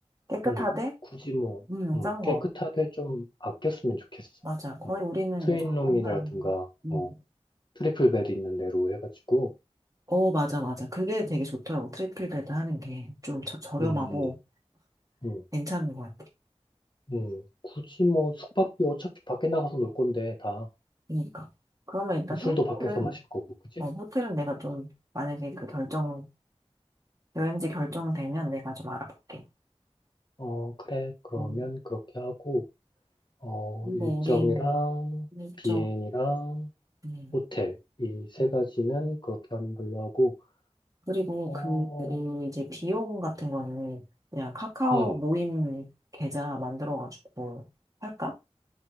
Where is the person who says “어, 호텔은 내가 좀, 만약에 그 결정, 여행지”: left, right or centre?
Right